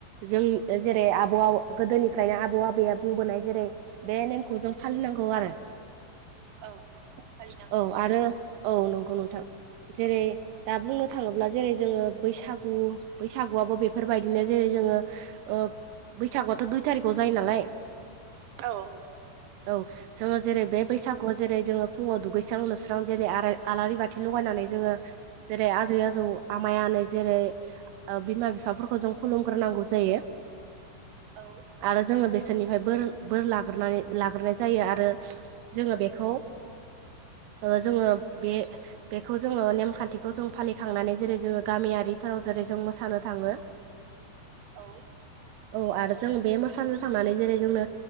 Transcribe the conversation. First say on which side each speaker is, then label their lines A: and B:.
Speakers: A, on the right; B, on the right.
A: जों जेरै आब'आ गोदोनिफ्रायनो आबौ आबैया बुंबोनाय जेरै बे नेमखौ जों फालिनांगौ आरो।
B: औ फालिनांगौ
A: औ आरो औ नंगौ नोंथां। जेरै दा बुंनो थाङोब्ला जेरै जोङो बैसागु बैसागुआबो बेफोरबायदिनो जेरै जोङो ओ बैसागुआथ' दुइ थारिखाव जायो नालाय।
B: औ
A: औ जोङो जेरै बे बैसागु आव जेरै जोङो फुङाव दुगैस्रां लोबस्रां जेरै आलारि बाथि लगायनानै जोङो जेरै आजै आजौ आमाय-आनै जेरै बिमा बिफाफोरखौ जों खुलुमग्रोनांगौ जायो,
B: औ
A: आरो जोङो बे सोरनिफ्रायाय बोर बोर लाग्रोन लाग्रोनाय जायो आरो जोङो बेखौ <inaudible> जोङो बे बेखौ जोङो नेमखान्थिखौ जों फालिखांनानै जेरै जोङो गामियारिफोराव जेरै जों मोसानो थाङो।
B: औ
A: औ आरो जों बे मोसानो थांनानै जेरै जोंनो